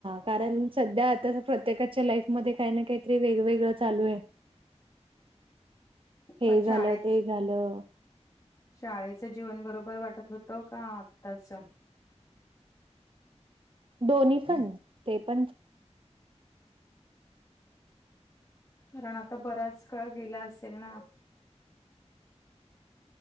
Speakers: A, on the right; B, on the left.
A: कारण सध्या आता प्रत्येकाच्या लाईफमध्येध्ये काही ना काहीतरी वेगवेगळं चालू आहे हे
B: पण
A: झालं
B: शाळेच
A: ते झालं
B: शाळेचं जीवन बरोबर वाटत होतं का आत्ताच
A: दोन्ही पण ते पण
B: कारण आता बराच काळ गेला असेल ना